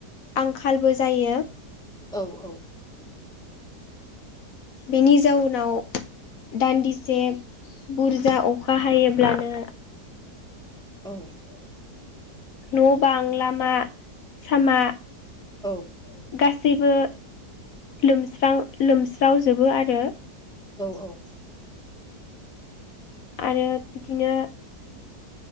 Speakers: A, on the left (about 70°); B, in the centre.
A: आंखालबो जायो
B: औ औ
A: बेनि जाउनाव दान्दिसे बुरजा अखा हायोब्लानो
B: औ
A: न' बां लामा सामा
B: औ
A: गासैबो लोमस्रां लोमस्रावजोबो आरो
B: औ औ
A: आरो बिदिनो